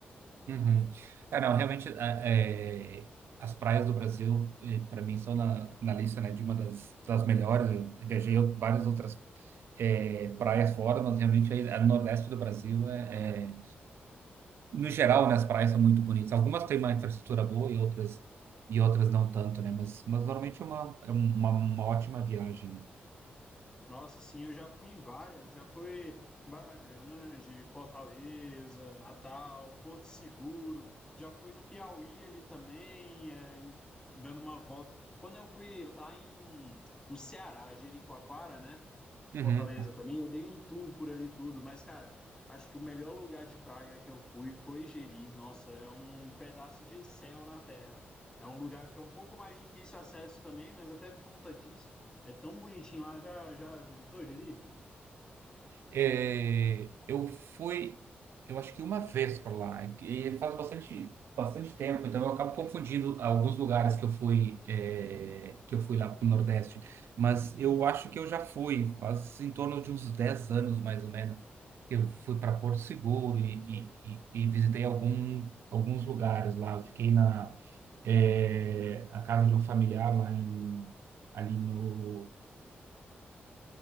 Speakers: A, on the right; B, on the left.
A: Uhum. É, não, realmente, é, é, as praias do Brasil, para mim, são na, na lista, né, de uma das, das melhores. Eu viajei out- várias outras é, praias fora, mas realmente aí, a Nordeste do Brasil, é, é- no geral, né, as praias são muito bonitas. Algumas têm uma infraestrutura boa e outras, e outras não tanto, né? Mas, mas normalmente é uma, é uma, uma ótima viagem.
B: Nossa, sim, eu já fui em várias, já fui Barra Grande, Fortaleza, Natal, Porto Seguro, já fui no Piauí ali também, é, dando uma volta. Quando eu fui lá em, no Ceará, Jericoacoara, né?
A: Uhum.
B: Fortaleza também. Eu dei um tour por ali tudo, mas, cara, acho que o melhor lugar de praia que eu fui foi Jeri. Nossa, é um pedaço de céu na terra. É um lugar que é um pouco mais difícil acesso também, mas até por conta disso, é tão bonitinho lá. Já, já visitou Jeri?
A: É, eu fui, eu acho que uma vez por lá, e faz bastante, bastante tempo, então eu acabo confundindo alguns lugares que eu fui, é, que eu fui lá pro Nordeste. Mas eu acho que eu já fui, faz em torno de uns 10 anos mais ou menos. Eu fui para Porto Seguro e, e, e e visitei algum, alguns lugares lá. Eu fiquei na, é, a casa de um familiar lá em, ali no